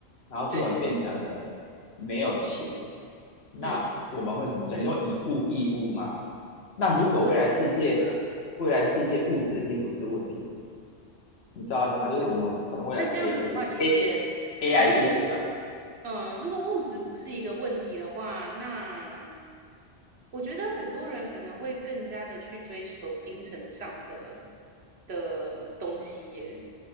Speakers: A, on the left; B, on the right.
A: 然后突然变成了没有钱，
B: 对，
A: 那我们会怎么讲？
B: 嗯，
A: 你说以物易物吗？那如果未来世界，
B: 我觉得是吧？
A: 未来世界物质已经不是问题了。你知道意思吗？就是我们可能未来是
B: 那这样子的话，
A: AI 是
B: 其实也
A: A AI
B: 如果物，
A: 世界啊，
B: 嗯，如果物质不是一个问题的话，那我觉得很多人可能会更加的去追求精神上的的东西耶，